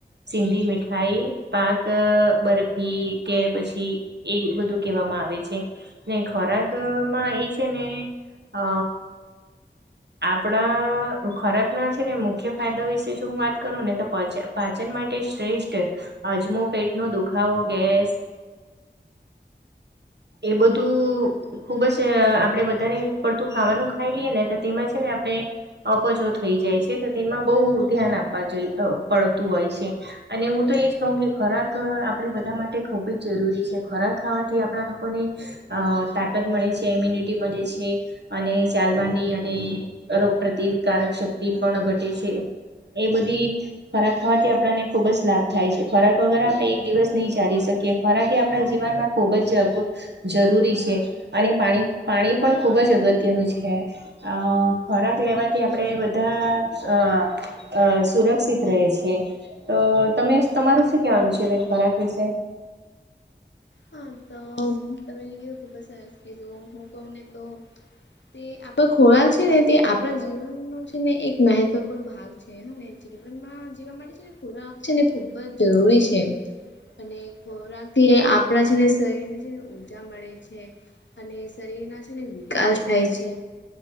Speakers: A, on the right; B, on the left.
A: સિંધી મીઠાઈ પાક અ બરફ ફી કે પછી એ બધું કેવામાં આવે છે. ને ખોરાકમાં એ છે ને અ આપડા ખોરાકના છે ને મુખ્ય ફાયદા વિશે જો હું વાત કરુંને તો પચા પાચન માટે શ્રેષ્ઠ, અજમો પેટનો દુખાવો, ગેસ <inaudible> એ બધું ખૂબ જ આપડે વધારે પડતું ખાવાનું ખાઈ લીએ ને ત તેમા છે ને આપડે અપચો થઈ જાય છે, તો તેમાં બોવ ધ્યાન આપવા જોઈ અ પડતું હોય છે. અને હું તો એજ કઉ કે ખોરાક આપડે બધા માટે ખૂબ જ જરૂરી છે, ખોરાક ખાવાથી આપડા લોકોની અ તાકત મળે છે. એમ્યુનિટી મલે છે અને ચાલવાની અ ને રોગ પ્રતિકારક શક્તિ પણ ઘટે છે, એ બધી ખોરાક ખાવાથી આપડાને ખૂબ જ લાભ થાય છે, ખોરાક વગર આપણે એક દિવસ નઈ ચાલી શકીએ, ખોરાક એ આપડા જીવનમાં ખૂબ જગવો જરૂરી છે અને પાણ -પાણી પણ ખૂબ જ અગત્યનું છે. અ ખોરાક લેવાથી આપડે બધા અ અ સુરક્ષિત રહેે છે. અ તમે તમારું શું કેવાનું છે? બેન ખોરાક વિશે?
B: હા, તો તમે કીધું, ખૂબ જ સરસ કીધું, હું કઉને તો તે આપડો ખોરાક છે ને, તે આપડા જીવનનો છે ને એક મેહેત્વપૂર્ણ ભાગ આવું છે હને જીવ જીવનમાં જીવા માટે છે ને ખોરાક છે ને ખૂબ જ જરૂરી છે અને ખોરાકથી આપડા છે ને શરીરને છે ને ઉર્જા મળે છે. અને શરીરના છે ને વિકાસ થાય છે,